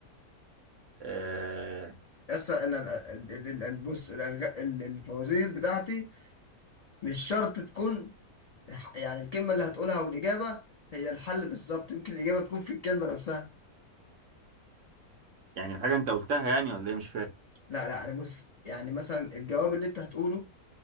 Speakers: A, on the right; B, on the left.
A: آه
B: يس انا ال- ال- ال- ال- بص الألغ- ال- الفوازير بتاعتي مش شرط تكون يعني الكلمة اللي هتقولها والإجابة هي الحل بالظبط يمكن الإجابة تكون في الكلمة نفسها
A: يعني حاجة أنت قلتها يعني ولا إيه مش فاهم
B: لا لا أنا بص يعني مثلا الجواب اللي أنت هتقوله